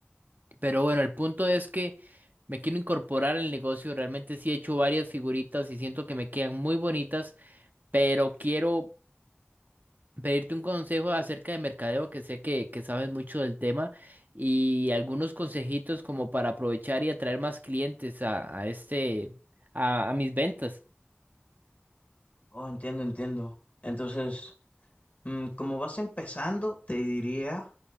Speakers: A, on the right; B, on the left.
A: Pero bueno, el punto es que me quiero incorporar al negocio. Realmente sí he hecho varias figuritas y siento que me quedan muy bonitas, pero quiero pedirte un consejo acerca de mercadeo, que sé que, que sabes mucho del tema, y algunos consejitos como para aprovechar y atraer más clientes a, a este, a, a mis ventas.
B: Oh, entiendo, entiendo. Entonces, mm, como vas empezando, te diría